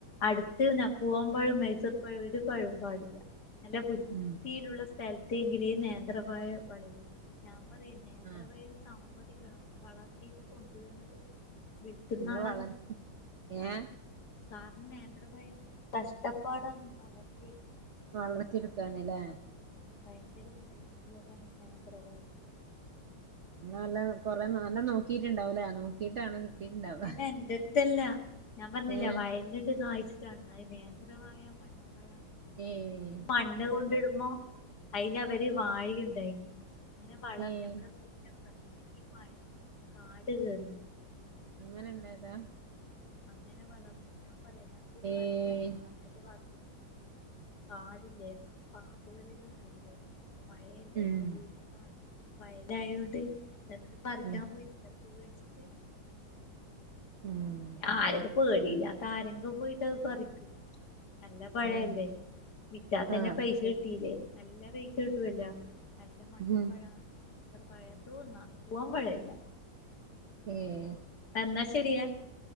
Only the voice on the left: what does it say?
അടുത്ത് പൂവാൻ്പഴും മൈസൂർ പഴും ഒരു പയവും പാടില്ല നല്ല വൃത്തിയിലുള്ള
സ്ഥലത്ത് എങ്കിലേ നേന്ത്രപയം വളരും ഞാൻ പറയുന്നേ കേന്ത്ര
വഴൽ സമ്മതിക്കണം വളർത്തിട്ട് കൊണ്ടുവന്നിട്ട് വിളിക്കുന്നാള്
സാറിന് നേന്ത്രപ്പഴം കഷ്ടപ്പാടാണ് പറഞ്ഞു
ഭയങ്കര ബുദ്ധിമുട്ടുള്ളതാണ് ഈ നേന്ത്രപയം
നാ എൻ്റട്ത്തല്ല ഞാൻ പറഞ്ഞില്ലേ
വായല് ഇത് വായിച്ചിട്ടാണ് അത് നേന്ത്രവാഴ മണ്ണ പഴ എന്ന് പറയുന്നത്
മണ്ണ് കൊണ്ടിടുമ്പോ അതിന് അവര് വാഴുണ്ടായിരുന്നു അങ്ങനെ വളർ
നമ്മുടെ വീടിന്റെ പ്രദേശത്തേക്ക് കാട് കയറി
അങ്ങനെ വളർന്ന് ഞാൻ പറയുന്ന പോയി
പറിച്ചാല എന്നിട്ട് കാടില്ലേ പാമ്പുകളെല്ലാം ഉണ്ടാവലേ മഴയല്ലേ
ഇപ്പൊ വീട് മഴലായ കൊണ്ട് എന്നിട്ടത് പറിക്കാൻ
പോയിട്ടില്ല പേടിച്ചിട്ട്
ആരക്കും പേടിയില്ലാത്ത ആരെങ്കും പോയിട്ട് അത് പറിക്കും നല്ല പഴ
അല്ലെ വിറ്റാൽ തന്നെ
പൈസ കിട്ടീല്ലേ നല്ല പൈസ കിട്ടുവല്ലോ നല്ല മണ്ണൻ
പഴ നേന്ത്ര പഴയതോന്നാന്ന് പൂവാൻ പഴയല്ല
എന്നാ ശെരിയെ